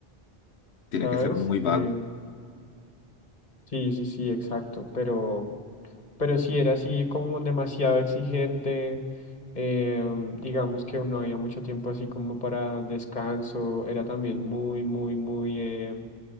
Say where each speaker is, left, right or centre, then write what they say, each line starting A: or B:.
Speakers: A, on the left (about 80°); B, on the left (about 45°).
A: Tiene
B: ¿sabes?
A: que ser uno muy vago.
B: Eh, sí, sí, sí, exacto, pero... pero sí era así como demasiado exigente, eh, digamos que no había mucho tiempo así como para descanso, era también muy, muy, muy eh,